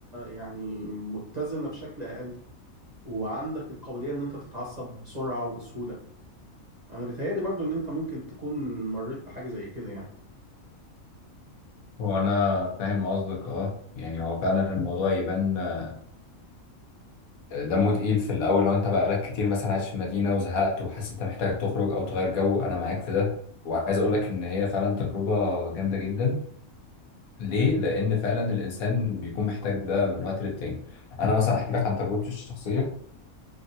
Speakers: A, on the right; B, on the left.
A: يعني متزنة بشكل اقل وعندك القابلية ان انت تتعصب بسرعة وبسهولة انا بيتهيألي برضو ان انت ممكن تكون مريت بحاجة زي كده يعني
B: هو انا فاهم قصدك اه يعني هو فعلا الموضوع يبان آه، دمه تقيل في الاول لو انت بقالك كتير مثلا عايش في مدينه وزهقت وحاسس انت محتاج تخرج او تغير جو انا معاك في ده وعايز اقول لك ان هي فعلا تجربه جامده جدا ليه لان فعلا الانسان بيكون محتاج ده من وقت للتاني انا مثلا احكي لك عن تجربتي الشخصيه